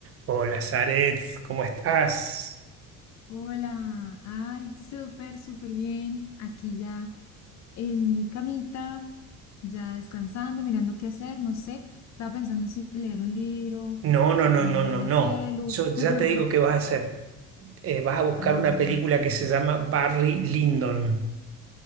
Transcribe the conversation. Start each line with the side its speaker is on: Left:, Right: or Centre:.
Right: Hola, Zaret, ¿cómo estás?
Left: Hola, ay, súper, súper bien. Aquí ya en mi camita, ya descansando, mirando qué hacer, no sé. Estaba pensando si leer un libro
Right: No, no,
Left: o
Right: no,
Left: ponerme
Right: no, no,
Left: a ver
Right: no.
Left: el celu.
Right: Yo ya
Left: <laughs>
Right: te digo qué vas a hacer. Eh, vas a buscar
Left: Ay,
Right: una
Left: a ver,
Right: película
Left: a ver.
Right: que se llama Barry Lyndon.